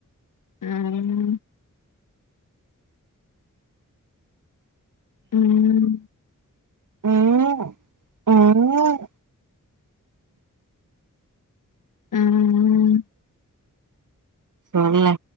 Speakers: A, on the left (about 70°); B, on the right (about 70°).
A: ம் ம்
B: ம் ம்
A: ம்
B: சொல்லு